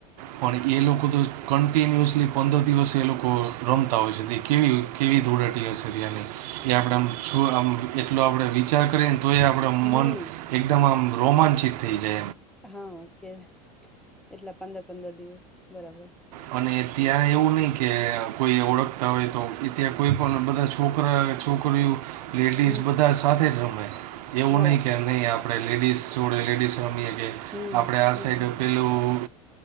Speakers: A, on the right (about 80°); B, in the centre.
A: પણ એ લોકો તો કન્ટિન્યુઅસલી પંદર દિવસે એ લોકો રમતા હોય છે તે કેવી કેવી ધૂળેટી હશે તે્યાની એ
B: હા
A: આપણે આમ છું આમ એટલો આપણે વિચાર કરીએ ને તો એ આપણે
B: હમ
A: મન એકદમમ રોમાચીિત થઈ જય
B: હા કે એટલા પંદર પંદર દિવસ બરાબર
A: અને ત્યાં એવું નહ કે કોઈ ઓળખતા હોય તો એ ત્યાં કોઈ પણ બધા છોકરા છોકરીઓ લેડીઝ
B: હમ
A: બધા સાથે જ રમે એવો
B: બરાબર
A: નહીં કે નહી આપ આપણે લેડીઝ જોડે લેડીઝ રમીએ કે
B: હમ
A: આપણે આ
B: હમ
A: સાઈડ
B: હમ
A: પેલું